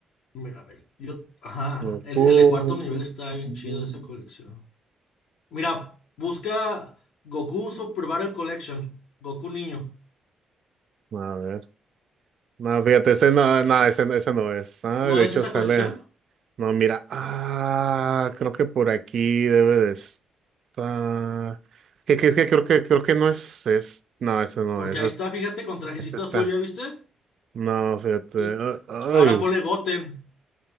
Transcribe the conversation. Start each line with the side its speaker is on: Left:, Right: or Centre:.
Left: mira, mira, yo, ajá,
Right: Goku.
Left: el, el de cuarto nivel está
Right: mm,
Left: bien chido esa colección. Mira, busca Goku Super Barrel Collection, Goku niño.
Right: A ver. No, fíjate, ese no, no, ese, no- ese no es. Ay,
Left: ¿No
Right: de
Left: es
Right: hecho
Left: esa
Right: sale.
Left: colección?
Right: No, mira. Ah, creo que por aquí debe de estar. que, que- es que creo
Left: Ve,
Right: que creo que no es, es. No, ese no
Left: Porque
Right: es.
Left: ahí
Right: es-
Left: está, fíjate, con trajecito
Right: Este está.
Left: azul, ¿ya viste?
Right: No, fíjate.
Left: Y
Right: Ay,
Left: ahora ponle Goten.